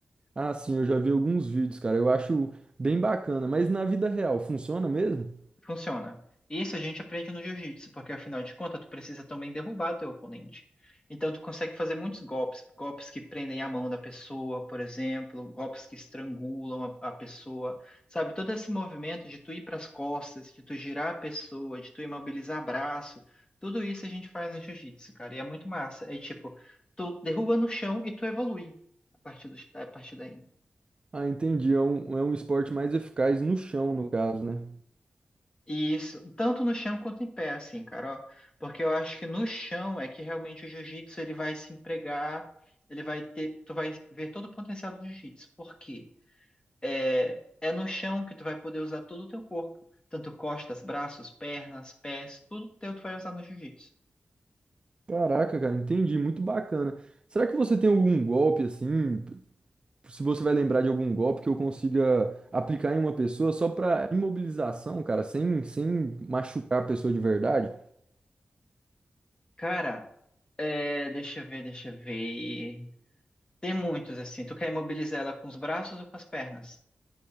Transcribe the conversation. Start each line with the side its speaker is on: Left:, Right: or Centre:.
Right: Ah, sim, eu já vi alguns vídeos, cara, eu acho bem bacana, mas na vida real, funciona mesmo?
Left: Funciona. Isso a gente aprende no jiu-jitsu, porque afinal de contas, tu precisa também derrubar teu oponente. Então, tu consegue fazer muitos golpes, golpes que prendem a mão da pessoa, por exemplo, golpes que estrangulam a, a pessoa, sabe? Todo esse movimento de tu ir para as costas, de tu girar a pessoa, de tu imobilizar braço, tudo isso a gente faz no jiu-jitsu, cara, e é muito massa. É tipo, tu derruba no chão e tu evolui a partir do, a partir daí.
Right: Ah, entendi. É um, é um esporte mais eficaz no chão, no caso, né?
Left: Isso, tanto no chão quanto em pé, assim, cara, ó. Porque eu acho que no chão é que realmente o jiu-jitsu ele vai se empregar, ele vai ter, tu vai ver todo o potencial do jiu-jitsu. Por quê? É, é no chão que tu vai poder usar todo o teu corpo, tanto costas, braços, pernas, pés, tudo teu tu vai usar no jiu-jitsu.
Right: Caraca, cara, entendi. Muito bacana. Será que você tem algum golpe assim? Se você vai lembrar de algum golpe que eu consiga aplicar em uma pessoa só pra imobilização, cara, sem, sem machucar a pessoa de verdade?
Left: Cara, é, deixa eu ver, deixa eu ver. Tem muitos assim. Tu quer imobilizar ela com os braços ou com as pernas?